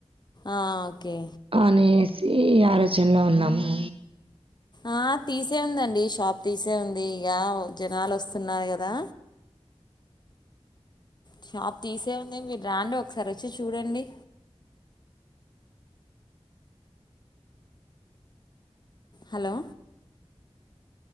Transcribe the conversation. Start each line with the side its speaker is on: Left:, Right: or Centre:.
Left: ఆ.. ఓకే
Right: అనేసి ఆలోచనలో ఉన్నాము
Left: ఆ తీసే ఉందండి షాప్ తీసే ఉంది ఇగ జనాలు వస్తున్నారు కదా
Right: <inaudible>
Left: షాప్ తీసే ఉంది మీరు రాండి ఒకసారి వచ్చి చూడండి హలో